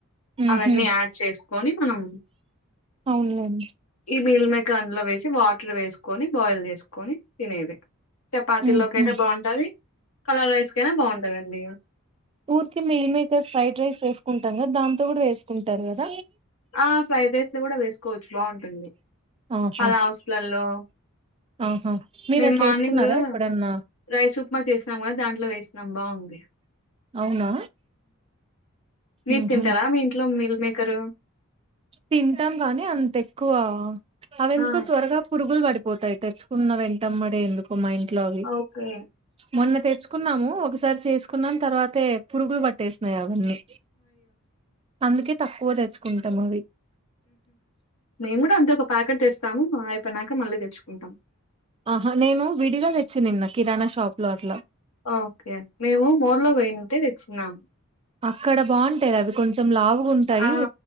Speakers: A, on the right (about 25°); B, on the left (about 90°).
A: ఉహు
B: అవన్నీ యాడ్ చేసుకొని మనం
A: అవునులేండి
B: ఈ మీల్ మేకర్ అందులో వేసి వాటర్ వేసుకొని బాయిల్ చేసుకొని తినేదె చపాతి
A: ఉమ్
B: లోకి అయితే
A: ఉమ్
B: బాగుంటది కలర్ రైస్ కయిన బాగుంటదండి
A: ఊర్కె మీల్ మేకర్ ఫ్రైడ్ రైస్ చేసుకుంటం గద దాంతో గుడ వేసుకుంటరు గద
B: ఆ ఫ్రైడ్ రైస్ లో గూడ వేసుకోవచ్చు బాగుంటుంది
A: ఆహా
B: పలావ్ స్లల్లో
A: ఆహా మీరు
B: మేము
A: అట్లా
B: మార్నింగ్
A: వేసుకున్నారా ఎప్పుడన్నా
B: రైస్ ఉప్మా చేసాం గద దాంట్లో వేస్ నం బాగుంది
A: అవునా
B: మీరు
A: ఉహు
B: తింటరా మీ ఇంట్లో మీల్ మేకరు
A: తింటం గానీ అంత ఎక్కువ అవి ఎందుకో
B: ఆ
A: త్వరగా పురుగులు బడిపోతాయి తెచ్చుకున్న వెంటమ్మడే ఎందుకో మా ఇంట్లో అవి
B: ఓకే
A: మొన్న తెచ్చుకున్నాము ఒకసారి చేసుకున్నాం తర్వాతే పురుగులు పట్టేసిన్నయి అవన్నీ అందుకే తక్కువ తెచ్చుకుంటాం అవి
B: మేము గూడా అంతే ఒక ప్యాకెట్ తెస్తాము అయిపోయినాక మళ్ళీ తెచ్చుకుంటాం
A: ఆహా నేను విడిగా తెచ్చి నిన్న కిరాణ షాప్ లో అట్లా
B: ఓకే మేము మోర్ లో పోయింటే తెచ్చినాము
A: అక్కడ బాగుంటాయి అవి కొంచెం లావుగుంటాయి
B: ఆ